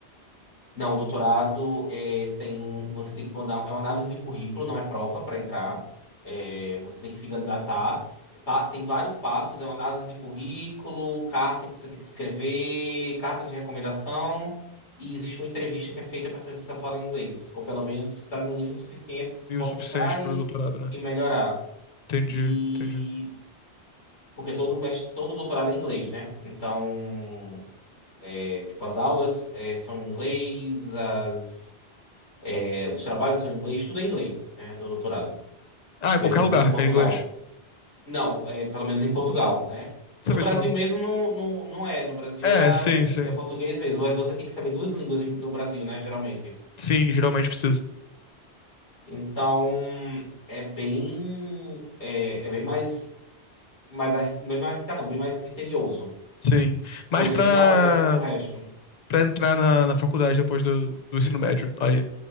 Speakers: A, on the left; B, on the left.
A: Não, o doutorado é, tem, você tem que mandar, é uma análise de currículo, não é prova para entrar. É, você tem que se candidatar. Pa- tem vários passos, é uma análise de currículo, carta que você tem que escrever, carta de recomendação, e existe uma entrevista que é feita para saber se você fala inglês, ou pelo menos se está no nível suficiente que você
B: E
A: possa
B: o suficiente
A: entrar
B: pro
A: e,
B: doutorado, né?
A: e melhorar.
B: Entendi,
A: E
B: entendi.
A: porque todo, mes- todo doutorado é inglês, né? Então. Tipo, as aulas eh, são em inglês, as, eh, os trabalhos são em inglês, tudo é em inglês, né, do doutorado,
B: Ah, em
A: mesmo
B: qualquer
A: entrando
B: lugar,
A: em Portugal.
B: é inglês.
A: Não, é, pelo menos em Portugal, né?
B: Sabia
A: No Brasil
B: disso não?
A: mesmo não, não, não é, no Brasil
B: É,
A: é, a-
B: sim,
A: é,
B: sim.
A: é português mesmo, mas você tem que saber duas línguas em- no Brasil, né, geralmente.
B: Sim, geralmente precisa.
A: Então, é bem, é, é bem mais, mais, arris- bem mais arriscado, não, bem mais criterioso,
B: Sim. Mas
A: coisa
B: pra,
A: que não é do resto.
B: pra entrar na, na faculdade depois do, do ensino médio, aí,